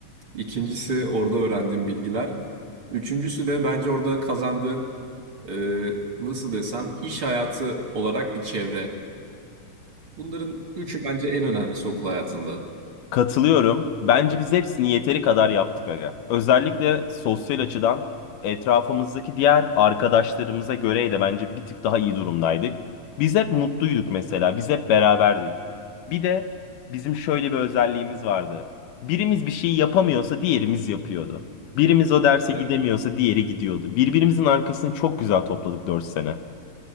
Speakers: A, on the right; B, on the left.
A: İkincisi orada öğrendiğin bilgiler. Üçüncüsü de bence orada kazandığın e, nasıl desem iş hayatı olarak bir çevre. Bunların üçü bence en önemlisi okul hayatında.
B: Katılıyorum. Bence biz hepsini yeteri kadar yaptık aga. Özellikle sosyal açıdan etrafımızdaki diğer arkadaşlarımıza göre de bence bir tık daha iyi durumdaydık. Biz hep mutluyduk mesela. Biz hep beraberdik. Bir de bizim şöyle bir özelliğimiz vardı. Birimiz bir şeyi yapamıyorsa diğerimiz yapıyordu. Birimiz o derse
A: Evet.
B: gidemiyorsa diğeri gidiyordu. Birbirimizin arkasını çok güzel topladık 4 sene.